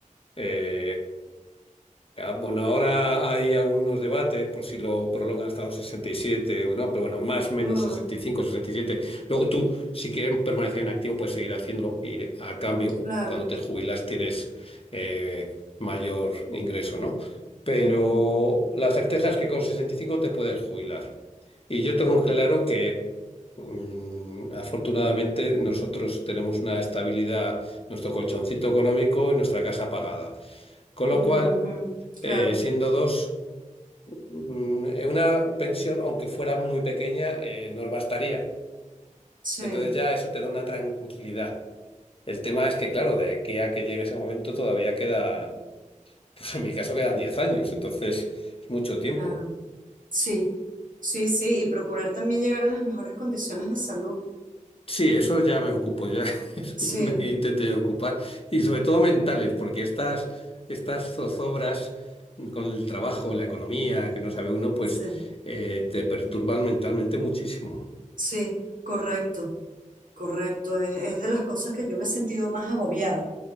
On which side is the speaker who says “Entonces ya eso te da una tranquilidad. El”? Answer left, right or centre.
Left